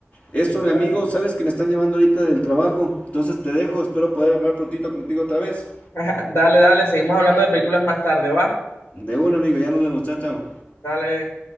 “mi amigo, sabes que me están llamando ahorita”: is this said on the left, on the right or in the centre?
Left